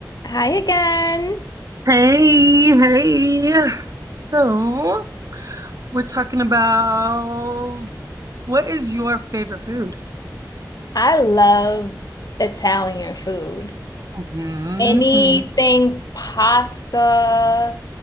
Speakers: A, on the left; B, on the right.
A: Hi again.
B: Hey, hey. So, we're talking about what is your favorite food?
A: I love Italian food.
B: Mm-hmm,
A: Anything
B: mm,
A: pasta